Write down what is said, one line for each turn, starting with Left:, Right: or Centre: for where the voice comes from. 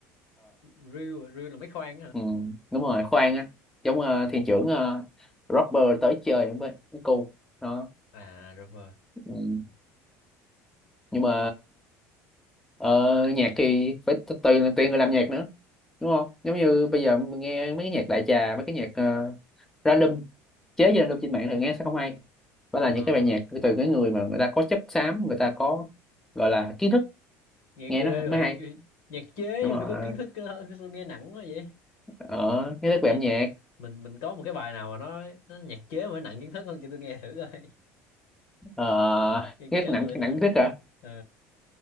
Left: reel à? reel là mấy khoan á hả
Centre: ừ, đúng rồi khoan á giống ờ, thiên trưởng ờ, rapper tới chơi với với cô đó
Left: à rồi
Centre: ừ. nhưng mà ờ, nhạc thì phải t- tùy tùy người làm nhạc nữa đúng không giống như bây giờ mình nghe mấy cái nhạc đại trà mấy cái nhạc ờ, random chế với random trên mạng thì nghe sẽ không hay phải là
Left: à,
Centre: những cái bài nhạc từ cái người mà người ta có chất xám người ta có gọi là kiến thức
Left: nghe
Centre: nghe
Left: ghê
Centre: nó mới
Left: vậy
Centre: hay
Left: ghê. nhạc chế
Centre: nhưng
Left: mà
Centre: mà
Left: phải có kiến thức cơ hơn sao nghe nặng quá vậy
Centre: ở cái
Left: Nhớ
Centre: đất về
Left: chị,
Centre: âm nhạc
Left: mình mình có một cái bài nào mà nó nó nhạc chế mà nó nặng kiến thức không chị tôi nghe thử coi
Centre: uh,
Left: <laughs> nghe
Centre: nghe
Left: căng
Centre: nặng
Left: vậy
Centre: nặng
Left: ta
Centre: nhất hả
Left: Ờ,